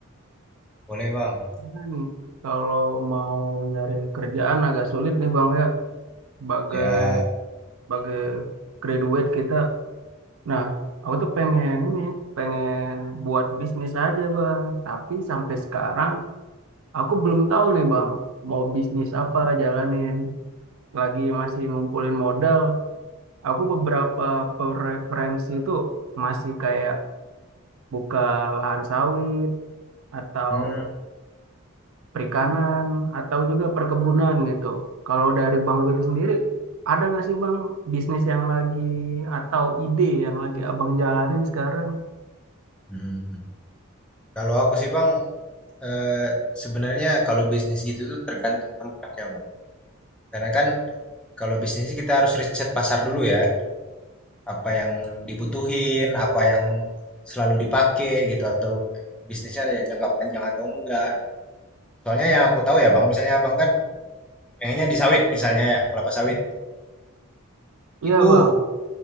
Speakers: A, in the centre; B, on the right.
A: Boleh Bang?
B: gimana nih kalau mau nyari kerjaan agak sulit nih Bang ya, sebagai
A: Ya,
B: sebagai graduate kita. Nah, aku tuh pengen ini, pengen buat bisnis aja Bang. Tapi sampai sekarang aku belum tahu nih Bang, mau bisnis apa jalanin. Lagi masih ngumpulin modal. Aku beberapa preferensi tuh masih kayak buka lahan sawit atau
A: hmm,
B: perikanan atau juga perkebunan gitu. Kalau dari Bang Will sendiri, ada nggak sih Bang bisnis yang lagi atau ide yang lagi Abang jalanin sekarang?
A: hmm, hmm. Kalau aku sih Bang, eh, sebenarnya kalau bisnis gitu tuh tergantung tempatnya Bang. Karena kan kalau bisnis kita harus riset pasar dulu ya, apa yang dibutuhin, apa yang selalu dipakai gitu, atau bisnisnya ada jangka panjang atau enggak. gitu. Soalnya yang aku tahu ya Bang, misalnya Abang kan pengennya di sawit misalnya ya, kelapa sawit.
B: Iya
A: Itu
B: Bang,